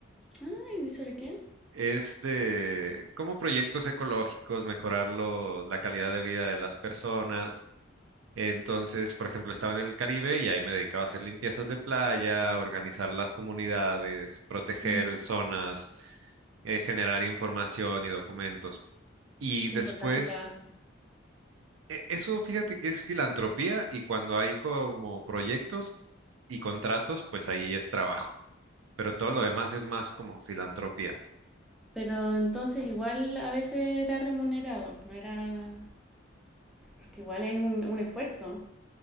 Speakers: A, in the centre; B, on the right.
A: Ay, ¿de sobre qué?
B: es de como proyectos ecológicos, mejorar lo- la calidad de vida de las personas. Entonces, por ejemplo, estaba en el Caribe y ahí me dedicaba a hacer limpiezas de playa, organizar las comunidades, proteger
A: Mira,
B: zonas, eh, generar información y documentos. Y
A: qué
B: después,
A: importante trabajo.
B: e- eso fíjate que es filantropía y cuando hay como proyectos y contratos, pues ahí es trabajo. Pero todo lo
A: Ya.
B: demás es más como filantropía.
A: Pero entonces igual a veces era remunerado, no era... Porque igual es un, un esfuerzo.